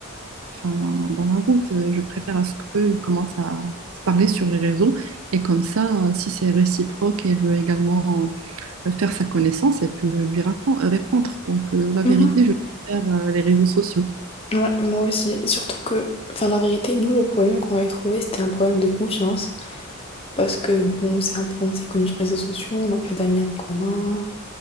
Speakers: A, on the right (about 70°); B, on the left (about 25°).
A: enfin, dans la route. Euh, Je préfère à ce qu'ils commencent à se parler sur les réseaux. Et comme ça, euh, si c'est réciproque, elle veut également euh, faire sa connaissance, elle peut lui rappen- euh, répondre. Donc, euh, la
B: Mhm.
A: vérité, je préfère euh, les réseaux sociaux.
B: Ouais, moi aussi. Surtout que, enfin, la vérité, nous, le problème qu'on avait trouvé, c'était un problème de confiance. Parce que, bon, c'est un peu, on s'est connus sur les réseaux sociaux, on n'a pas d'amis en commun.